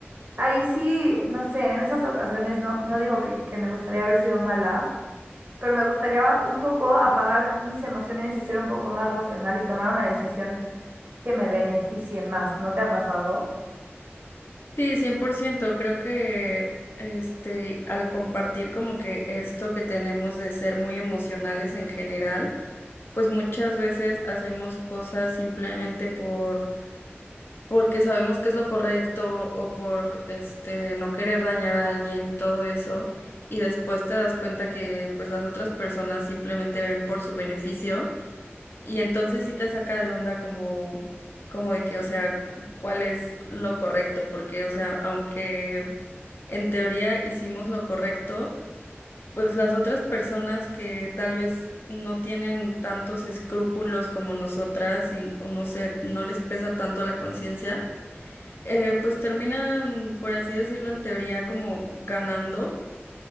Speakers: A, on the right; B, on the left.
A: Ahí sí, no sé, en esas ocasiones no, no digo que, que me gustaría haber sido mala, pero me gustaría un poco apagar mis emociones y ser un poco más racional y tomar una decisión que me beneficie más. ¿No te ha pasado?
B: Sí, cien por ciento Creo que este, al compartir como que esto que tenemos de ser muy emocionales en general, pues muchas veces hacemos cosas simplemente por porque sabemos que es lo correcto o por este no querer dañar a alguien y todo eso, y después te das cuenta que pues las otras personas simplemente ven por su beneficio y entonces sí te saca de onda como como de que, o sea, cuál es lo correcto, porque o sea, aunque en teoría hicimos lo correcto, pues las otras personas que tal vez no tienen tantos escrúpulos como nosotras y o no sé, no les pesa tanto la conciencia, eh, pues terminan, por así decirlo, en teoría como ganando